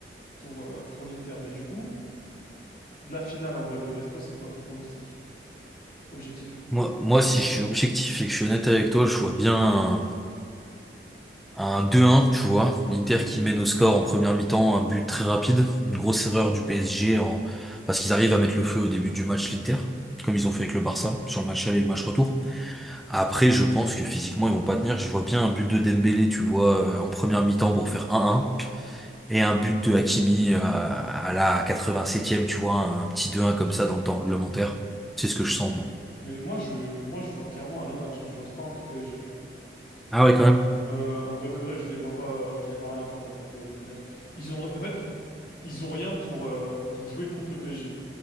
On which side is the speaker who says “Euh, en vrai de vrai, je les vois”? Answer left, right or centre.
Left